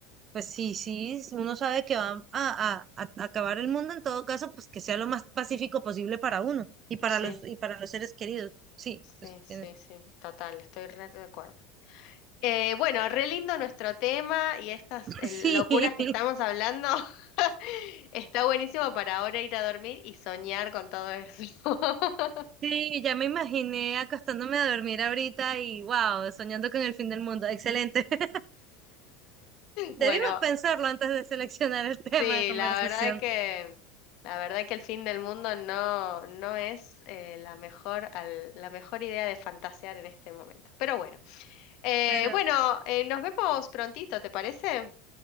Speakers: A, on the right; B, on the left.
A: pues sí, sí, si uno sabe que va a, a- a acabar el mundo, en todo caso, pues que sea lo más pacífico posible para uno y para
B: Sí,
A: los y para los seres queridos. Sí,
B: sí,
A: pues
B: sí,
A: tienes-
B: sí, total, estoy re de acuerdo. Eh, bueno, re lindo nuestro tema y estas
A: <laughs>
B: eh, locuras
A: sí,
B: que estamos hablando. <laughs> Está buenísimo para ahora ir a dormir y soñar con todo eso. <laughs>
A: sí, ya me imaginé acostándome a dormir ahorita y wow, soñando con el fin del mundo. Excelente. <laughs> Debimos
B: Bueno,
A: pensarlo antes de seleccionar el <laughs> tema
B: sí,
A: de conversación,
B: la verdad que la verdad que el fin del mundo no no es eh, la mejor al- la mejor idea de fantasear en este momento. Pero bueno. Eh,
A: pero
B: bueno, eh, nos vemos prontito, ¿te parece?